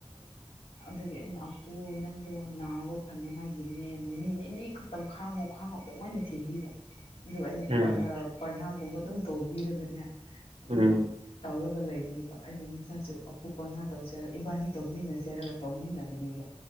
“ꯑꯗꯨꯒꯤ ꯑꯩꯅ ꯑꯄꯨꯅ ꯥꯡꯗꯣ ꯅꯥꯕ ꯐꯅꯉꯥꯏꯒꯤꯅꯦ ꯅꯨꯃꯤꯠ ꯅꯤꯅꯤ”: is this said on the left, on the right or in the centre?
Left